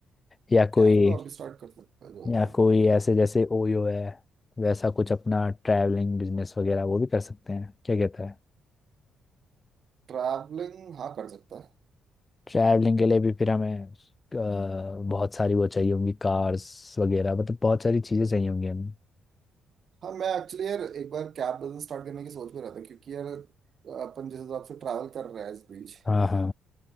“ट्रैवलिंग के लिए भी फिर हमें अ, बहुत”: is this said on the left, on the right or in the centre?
Left